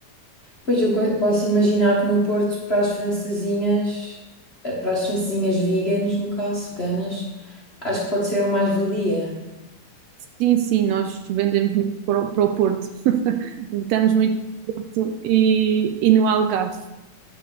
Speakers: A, on the left; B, on the right.
A: Pois eu co- posso imaginar que no Porto, para as francesinhas, eh, para as francesinhas veganas, no caso, veganas, acho que pode ser uma mais-valia.
B: Sim, sim, nós vendemos muito para o, para o Porto. <laughs> Estamos muito no Porto e, e no Algarve.